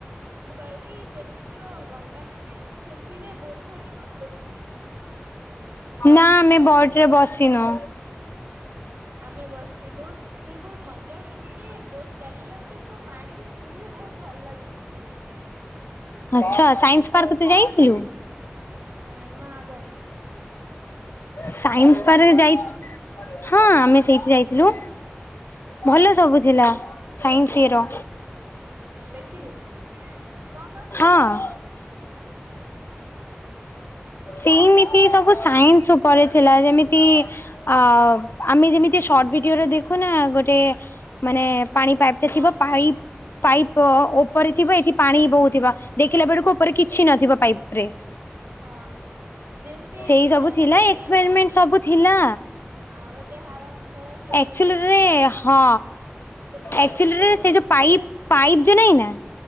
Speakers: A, on the right; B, on the left.
A: ମୁଁ କହିଲି ସେଠି ଯୋଉ ଗଙ୍ଗାନଦୀ ଅଛି ସେଥିରେ ବୋଟ ଫୋଟ ରେ ବସିଲୁ?
B: ନା ଆମେ ବୋଟ ରେ ବସିନୁ।
A: ଆମେ ବସିଥିଲୁ ସେରେ ବହୁତ ମଜା ଆସୁଛି ଟିକେ ବୋଟ ଚାଲିଲା ବେଳେ ପୁରା ପାଣି ପୁରା ବହୁତ ଭଲ ଲାଗୁଛି।
B: ଆଛା ସାଇନ୍ସ ପାର୍କ ତୁ ଯାଇଥିଲୁ?
A: ଏ ନା ଯାଇନି।
B: ସାଇନ୍ସ ପାର୍କ ଯାଇ ହଁ ଆମେ ସେଇଠି ଯାଇଥିଲୁ। ଭଲ ସବୁ ଥିଲା ସାଇନ୍ସ ଇଏ ର।
A: ଦେଖିଲୁ? କଣ କଣ ଥିଲା
B: ହଁ।
A: ସ
B: ସେମିତି ସବୁ ସାଇନ୍ସ ଉପରେ ଥିଲା ଯେମିତି ଅ ଆମେ ଯେମିତି ସର୍ଟ ଭିଡିଓରେ ଦେଖୁନା ଗୋଟେ ମାନେ ପାଣି ପାଇପ
A: ହଁ
B: ଥିବ ପାଇପ ପାଇପ୍ ଉପରେ ଥିବ ଏଠି ପାଣି ବହୁ ଥିବ। ଦେଖିଲା ବେଳକୁ ଉପରେ କିଛି ନଥିବ ପାଇପ ରେ।
A: ହଁ। ଯେମିତି
B: ସେଇ ସବୁ
A: ଏ
B: ଥିଲା
A: ଗୋଟେ
B: ଏକ୍ସପେରିମେଣ୍ଟ ସବୁ ଥିଲା।
A: ହଁ ଗୋଟେ ହାଡ କଙ୍କାଳ ଠିଆ
B: ଆକ୍ଚୁଲିରେ
A: କରିଦେଇଛି
B: ହଁ
A: ସେଥିରେ
B: ଏକ୍ଚୁଲିରେ
A: ସବୁ ତମକୁ
B: ସେ
A: ହୁଁ
B: ଯୋଉ ପାଇପ ପାଇପ୍ ଯୋ ନାଇଁ ନା